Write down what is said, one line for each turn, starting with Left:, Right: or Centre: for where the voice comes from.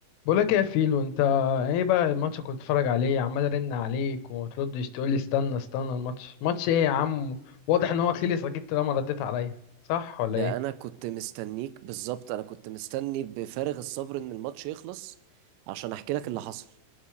Left: بقولك ايه يا فيلو انت ايه بقى الماتش كنت بتتفرج عليه عمال ارن عليك وتردش تقول لي استنى استنى الماتش ماتش ايه يا عم واضح ان هو خلص اكيد طالما رديت عليا صح ولا
Right: ده
Left: ايه
Right: انا كنت مستنيك بالظبط انا كنت مستني بفارغ الصبر ان الماتش يخلص عشان احكي لك اللي حصل